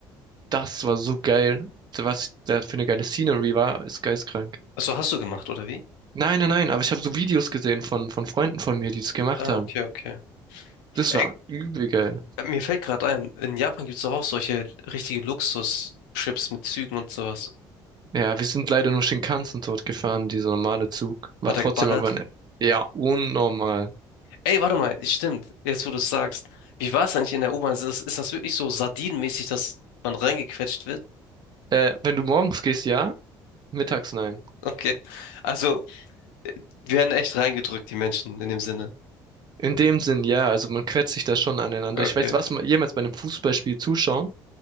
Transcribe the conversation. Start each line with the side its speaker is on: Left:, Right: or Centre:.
Right: Das war so geil. Was da für eine geile Scenery war, ist geisteskrank.
Left: Also hast du gemacht, oder wie?
Right: Nein, nein, nein, aber ich habe so Videos gesehen von, von Freunden von mir, die das gemacht
Left: Ah,
Right: haben.
Left: okay, okay.
Right: Das
Left: Ey,
Right: war übel geil.
Left: äh, mir fällt gerade ein, in Japan gibt es doch auch solche richtige Luxus-Trips mit Zügen und sowas.
Right: Ja, wir sind leider nur Shinkansen dort gefahren, dieser normale Zug. War
Left: Hat
Right: trotzdem
Left: er geballert?
Right: aber, ne, ja, unnormal.
Left: Ey, warte mal, stimmt, jetzt wo du es sagst. Wie war es eigentlich in der U-Bahn? Ist das, ist das wirklich so sardinenmäßig, dass man reingequetscht wird? <laughs>
Right: Äh, wenn du morgens gehst, ja, mittags nein.
Left: Okay. Also, äh, werden echt reingedrückt, die Menschen, in dem Sinne.
Right: In dem Sinn, ja, also man quetscht sich da schon aneinander.
Left: Okay.
Right: Ich weiß, was man jemals bei einem Fußballspiel zuschauen.